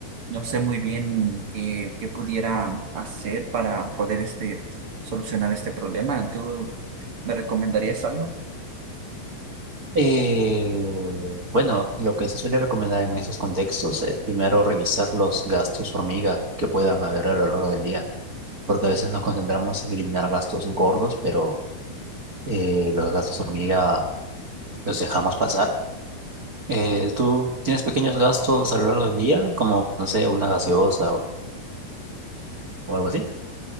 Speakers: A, on the right; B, on the right.
A: No sé muy bien qué, qué pudiera hacer para poder este, solucionar este problema. ¿Tú me recomendarías algo?
B: Eh, bueno, lo que se suele recomendar en esos contextos es primero revisar los gastos hormiga que puedan haber a lo largo del día, porque a veces nos concentramos en eliminar gastos gordos, pero eh, los gastos hormiga los dejamos pasar. Eh, ¿tú tienes pequeños gastos a lo largo del día, como, no sé, una gaseosa o, o algo así?